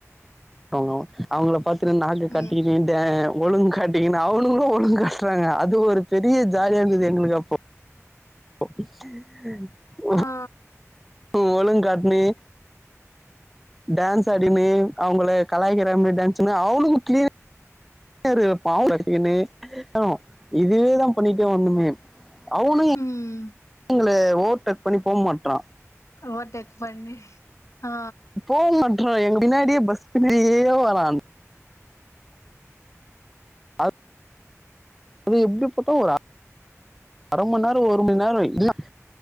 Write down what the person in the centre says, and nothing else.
ஆமா அவுங்கள பாத்து நானு கத்திகின்டேன்
ஒழுங்கு காட்டீங்கன்னா அவனுங்கள ஒழுங்கு காட்றாங்க அது ஒரு பெரிய ஜாலியாருந்தது எங்களுக்கு அப்போ
ஒலுங்கு காட்னி டான்ஸ் ஆடிமேல் அவுங்கள கலாய்க்கிறாங்க டான்ஸ்சுனு அவளுக்கும் கிளீரு <unintelligible> வச்சிக்கனு ஆ இதுவேதான் பண்ணிட்டே வந்துமே அவனும்
எங்கள ஓவர்டேக் பண்ணி போக மாட்றா
போக மாட்றா எங்க பின்னாடியே பஸ் பின்னடியே வரான் அ து எப்டி போட்ட அ அரம்ம நேரோ ஒரு ம நேர இல்ல